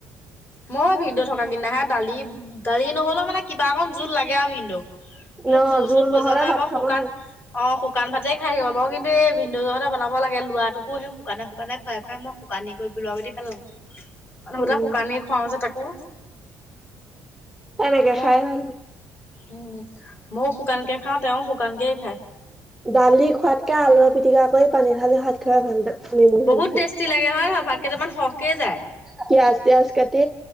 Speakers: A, on the left (about 35°); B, in the centre.
A: মই ভিনদেও থকা কিনা হে দালি-দালি নহলেও মানে কিবা একন জোত লাগে আৰু ভিনদেওক। মোক
B: ন
A: জোল-চোল
B: জোল
A: প্ৰয়ো
B: নহ'লে
A: নাই
B: ভাত
A: মই
B: খাব
A: শুকান
B: নোৱাৰো
A: অ', শুকান ভাই খাই থাকিব বাৰু কিন্তু এই ভিনদেউ জহতে বনাব লাগ লৰাটোক সেই শুকানে-শুকানে খাই খুৱাই মই শুকান কৰি দোৰাবটি পাল মানুহবোটাাক
B: উম,
A: শুকানেই খুৱাও যে তাকো।
B: এনেকে
A: মই
B: খাই ভাল
A: উম ময়ো শুকানকে খাওঁ তেওঁ শুকানকেই খায়
B: দালি খোৱাতকে আলু পিটিকা মই পানী ঢালি ভাত খাই ভাল তাত নেমু-চেমু
A: বহুত
B: চেপি।
A: টেষ্টি লাগে হয় ভাত কেইটামান সহকে যায়
B: পিয়াজ-তিয়াজ কাটি